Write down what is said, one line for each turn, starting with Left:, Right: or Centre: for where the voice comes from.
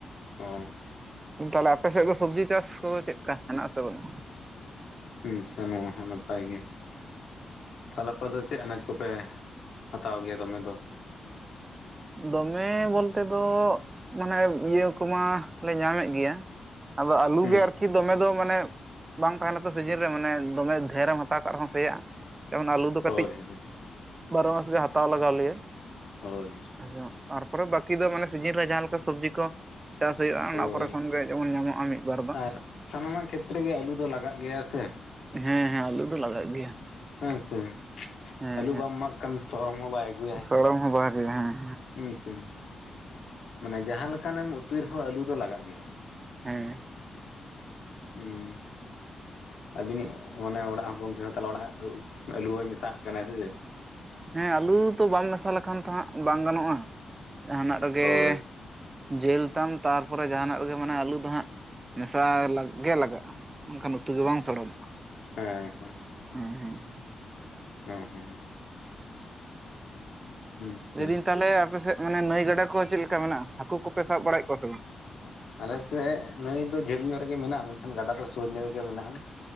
Left: ᱚ
Right: ᱛᱟᱦᱞᱮ ᱟᱯᱮ ᱥᱮᱫ ᱫᱚ ᱥᱚᱵᱽᱡᱤ ᱪᱟᱥ ᱠᱚ ᱫᱚ ᱪᱮᱫᱼᱠᱟ ᱦᱮᱱᱟᱜ ᱟᱥᱮ ᱵᱟᱹᱱᱩᱜᱼᱟ?
Left: ᱟᱪᱪᱷᱟ ᱱᱚᱣᱟ ᱦᱚᱸ ᱱᱟᱯᱟᱭ ᱜᱮ ᱾ ᱛᱷᱟᱦᱞᱮ ᱟᱯᱮ ᱫᱚ ᱪᱮᱫ ᱟᱱᱟᱡᱽ ᱠᱚᱯᱮ ᱦᱟᱛᱟᱣ ᱜᱮᱭᱟ ᱫᱚᱢᱮ ᱫᱚ?
Right: ᱫᱚᱢᱮ ᱵᱚᱞ ᱛᱮ ᱫᱚ ᱢᱟᱱᱮ ᱤᱭᱟᱹ ᱠᱚᱢᱟ ᱞᱮ ᱧᱟᱢᱮᱫ ᱜᱮᱭᱟ ᱾ ᱟᱫᱚ ᱟᱞᱩ
Left: ᱦᱩᱸ
Right: ᱜᱮ ᱟᱨᱠᱤ ᱫᱚᱢᱮ ᱫᱚ ᱢᱟᱱᱮ ᱾ ᱵᱟᱝ ᱛᱟᱦᱮᱸᱱᱟ ᱛᱚ ᱥᱤᱡᱤᱱ ᱨᱮ ᱢᱟᱱᱮ ᱫᱚᱢᱮ ᱫᱷᱮᱨᱮᱢ ᱦᱟᱛᱟᱣ ᱠᱟᱜ ᱨᱮᱦᱚᱸ ᱥᱮᱭᱟᱜᱼᱟ ᱡᱮᱢᱚᱱ ᱟᱞᱩ ᱫᱚ
Left: ᱦᱳᱭ
Right: ᱠᱟᱹᱴᱤᱡ ᱵᱟᱨᱚ ᱢᱟᱥ ᱜᱮ ᱦᱟᱛᱟᱣ ᱞᱟᱜᱟᱣ ᱞᱮᱭᱟ ᱾
Left: ᱦᱳᱭ ᱾
Right: <inaudible> ᱛᱟᱨᱯᱚᱨᱮ ᱵᱟᱠᱤ ᱫᱚ ᱢᱟᱱᱮ ᱥᱤᱡᱤᱱ ᱨᱮ ᱡᱟᱦᱟᱸ ᱞᱮᱠᱟ ᱥᱚᱵᱡᱤ ᱠᱚ ᱾ ᱪᱟᱥ ᱦᱩᱭᱩᱜᱼᱟ ᱚᱱᱟ
Left: ᱦᱳᱭ
Right: ᱠᱚᱨᱮ ᱠᱷᱚᱱ ᱜᱮ ᱡᱮᱢᱚᱱ ᱧᱟᱢᱚᱜᱼᱟ ᱢᱤᱫ ᱵᱟᱨ ᱫᱚ ᱾
Left: ᱟᱨ ᱥᱟᱱᱟᱢᱟᱜ ᱠᱷᱮᱛᱨᱮ ᱜᱮ ᱟᱹᱞᱩ ᱫᱚ ᱞᱟᱜᱟᱜ ᱜᱮᱭᱟ ᱥᱮ?
Right: ᱦᱮᱸ ᱦᱮᱸ ᱟᱞᱩ ᱫᱚ ᱞᱟᱜᱟᱜ ᱜᱮᱭᱟ᱾
Left: ᱦᱮᱸ ᱥᱮ
Right: ᱦᱮᱸ
Left: ᱟᱞᱩ ᱵᱟᱢ ᱮᱢᱟᱜ ᱠᱷᱟᱱ ᱥᱚᱨᱚᱢ ᱦᱚᱸ ᱵᱟᱭ ᱟᱜᱩᱭᱟᱭ᱾
Right: ᱪᱚᱲᱚᱢ ᱦᱚᱸ ᱵ <unintelligible> ᱦᱮᱸ
Left: ᱦᱮᱸᱥᱮ ᱢᱟᱱᱮ ᱡᱟᱦᱟᱸᱠᱟᱱᱟ ᱮᱢ ᱩᱛᱩᱭ ᱨᱮᱦᱚᱸ ᱟᱞᱩ ᱫᱚ ᱞᱟᱜᱟᱜ ᱜᱮᱭᱟ᱾
Right: ᱦᱮᱸ
Left: ᱦᱩᱸ ᱟᱹᱵᱤᱱᱤᱡ ᱚᱱᱮ ᱚᱲᱟᱜ ᱦᱚᱸ ᱜᱚᱝᱠᱮ ᱦᱚᱸ ᱛᱟᱞᱮ ᱚᱲᱟᱜ ᱟᱹᱞᱩ ᱦᱚᱭ ᱢᱮᱥᱟᱜ ᱠᱟᱱᱟᱭ ᱥᱮ ᱪᱮ?
Right: ᱦᱮᱸ ᱟᱞᱩ ᱛᱚ ᱵᱟᱢ ᱢᱮᱥᱟ ᱞᱮᱠᱷᱟᱱ ᱛᱚ ᱦᱟᱸᱜ ᱵᱟᱝ ᱜᱟᱱᱚᱜᱼᱟ ᱡᱟᱦᱟᱱᱟᱜ ᱨᱮᱜᱮ
Left: ᱦᱳᱭ
Right: ᱡᱤᱞ ᱛᱟᱢ ᱛᱟᱨᱯᱚᱨᱮ ᱡᱟᱦᱟᱱᱟᱜ ᱨᱮᱜᱮ ᱢᱟᱱᱮ ᱟᱞᱩ ᱫᱚ ᱦᱟᱸᱜ ᱢᱮᱥᱟ ᱜᱮ ᱞᱟᱜᱟᱜᱼᱟ᱾ ᱢᱮᱱᱠᱷᱟᱱ ᱩᱛᱩ ᱫᱚ ᱵᱟᱝ ᱥᱚᱲᱚᱢᱚᱜᱼᱟ᱾
Left: ᱦᱮᱸ ᱦᱮᱸ
Right: ᱦᱩᱸ ᱦᱩᱸ <inaudible>
Left: <inaudible> ᱦᱩᱸ ᱦᱩᱸ ᱟᱪᱪᱷᱟ
Right: ᱞᱟᱹᱭᱫᱟᱹᱧ ᱛᱟᱦᱚᱞᱮ ᱟᱯᱮᱥᱮᱫ ᱢᱟᱱᱮ ᱱᱟᱹᱭ ᱜᱟᱰᱟ ᱠᱚ ᱪᱮᱫ ᱞᱮᱠᱟ ᱢᱮᱱᱟᱜᱼᱟ? ᱦᱟᱹᱠᱩ ᱠᱚᱯᱮ ᱥᱟᱵ ᱵᱟᱲᱟᱭᱮᱜ ᱠᱚᱣᱟ ᱥᱮ ᱵᱟᱝ?
Left: ᱟᱞᱮᱥᱮᱫ ᱱᱟᱹᱭ ᱫᱚ ᱡᱷᱟᱹᱞ ᱧᱚᱜ ᱨᱮᱜᱮ ᱢᱮᱱᱟᱜᱼᱟ ᱢᱮᱱᱠᱷᱟᱱ ᱜᱟᱰᱟ ᱫᱚ ᱥᱩᱨ ᱧᱚᱜ ᱨᱮᱜᱮ ᱢᱮᱱᱟᱜᱼᱟ᱾